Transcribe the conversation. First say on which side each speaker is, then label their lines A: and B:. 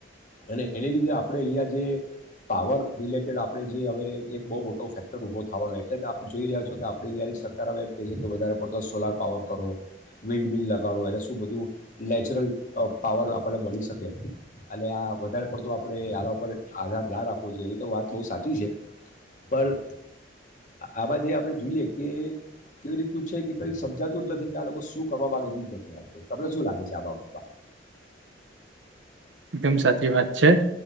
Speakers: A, on the left; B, on the right.
A: અને એને લીધે આપણે અહીંયા જે પાવર રિલેટેડ આપણે જે હવે એક બહુ મોટો ફેક્ટર ઊભો થવાનો એટલે આપણે જોઈ રહ્યા છો કે આપણે અહીંયા સરકાર એમ ક છે કે વધારે પડતો સોલાર પાવર કરો વિન્ડ બિલ લ ગાળો એટલે શું બધું નેચરલ પાવર આપણને મળી શકે અને આ વધારે પડતો આપણે આના ઉપર આધાર ના રાખવો જોઈએ એવી તો વાત બહુ સાચી છે પણ આમાં જે આપણે જોઈએ કે કેવી રીતનું છે કે કંઈ સમજાતું જ નથી કે આ લોકો શું કરવા માગે છે જ નથી આવતો તમને શું લાગે છે આ બાબતમાં.
B: એકદમ સાચી વાત છે.